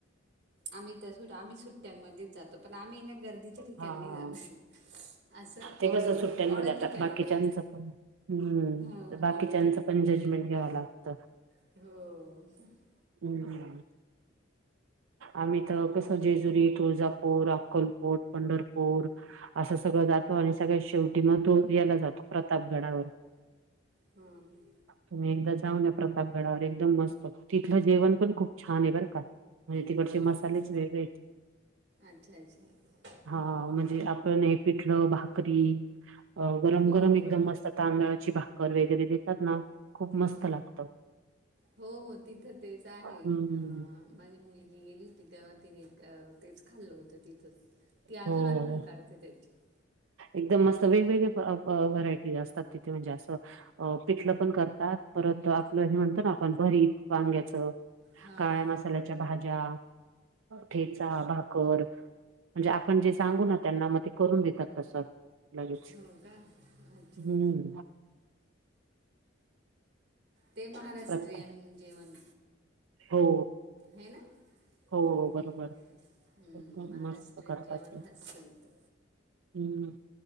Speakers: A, on the right; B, on the right.
A: आम्ही तर आम्ही सुट्टयांमध्येच जातो पण आम्ही ना गर्दीच्या ठिकाणी
B: हा
A: नाही जात. असं
B: ते
A: ऑड
B: कसं सुट्ट्यांमध्ये
A: ऑड
B: आता
A: ठीक आहे
B: बाकीच्यांचं
A: नाही जायच.
B: पण हम्म
A: हा
B: बाकीच्याचं
A: ऑड
B: पण जजमेंट घ्यावं लागत.
A: हो..
B: हम्म. आम्ही तर कसं जेजुरी, तुळजापूर, अक्कलकोट, पंढरपूर असं सगळं जातो आणि सगळ शेवटी मग तो यायला जातो प्रताप गडावर.
A: हम्म हम्म.
B: तुम्ही एकदा जाऊन या प्रतापगडावर एकदम मस्त तिथलं जेवण पण खूप छान आहे बरं का. म्हणजे तिकडचे
A: हां
B: मसालेच
A: हो का
B: वेगळे आहेत.
A: अच्छा अच्छा
B: हा
A: हम्म.
B: म्हणजे आपण एक पिठलं, भाकरी अ गरम,
A: हो
B: गरम
A: हो
B: एकदम
A: हो
B: मस्त तांदळाची भाकर वगैरे देतात ना. खूप मस्त
A: हा
B: लागतं
A: हो हो तिथं तेच आहे
B: हम्म
A: अ माझी मुलगी गेली होती तेव्हा तिने तेच खाल्लं होतं तिथं ती अजून
B: हो
A: आठवण काढते. ओक थँ्यू <unintelligible>
B: एकदम मस्त वेगवेगळे व्हरायटी असतात तिथे म्हणजे असं पिटल पण करतात परत आपलं हे म्हणतं ना आपण भरी वांग्याच
A: हां
B: काळ्या
A: हां
B: मसाल्याच्या भाज्या ठेचा भाकर म्हणजे आपण जे सांगू ना त्यांना म ते करून देतात. तस लगेच
A: हो का अच्छा
B: हम्म.
A: ते महाराष्ट्रीयन
B: प्रत्येक
A: जेवण.
B: हो
A: है ना..
B: हो
A: हम्म
B: बरोबर
A: हम्म
B: एकदम
A: महाराष्ट्रियन
B: मस्त करतात
A: जेवान
B: ते
A: असत तिथ.
B: हम्म